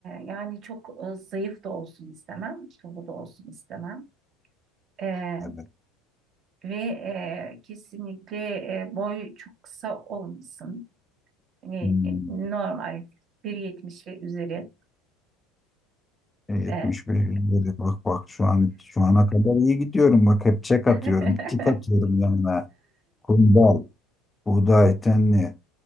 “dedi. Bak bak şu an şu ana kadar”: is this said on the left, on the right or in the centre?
Left